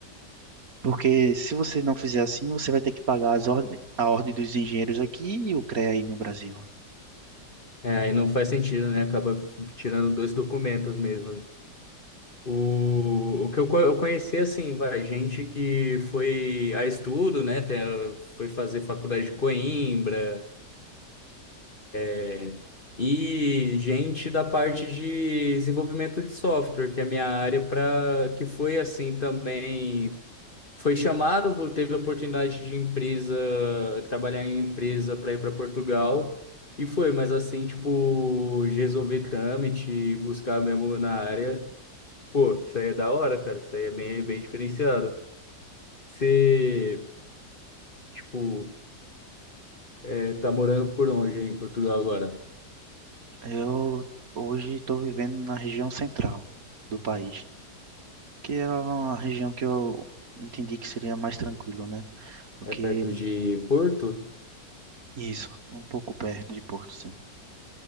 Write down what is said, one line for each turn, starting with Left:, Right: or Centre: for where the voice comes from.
Right: Porque se você não fizer assim, você vai ter que pagar as ordem, a Ordem dos Engenheiros aqui e o CREA aí no Brasil.
Left: É, aí não faz sentido, né? Acaba f- tirando dois documentos mesmo. O, o que eu, co- eu conheci, assim, vai, gente que foi a estudo, né? tem- Foi fazer faculdade de Coimbra, é, e gente da parte de desenvolvimento de software, que é a minha área, para que foi assim também. Foi chamado, teve oportunidade de empresa, trabalhar em empresa para ir para Portugal, e foi, mas assim, tipo, de resolver trâmite, buscar mesmo na área. Pô, isso aí é da hora, cara. Isso aí é bem, bem diferenciado. Você, tipo, é, tá morando por onde aí em Portugal agora?
Right: Eu hoje estou vivendo na região central do país. que é uma região que eu entendi que seria mais tranquilo, né? Porque
Left: É perto de Porto?
Right: isso, um pouco perto de Porto, sim.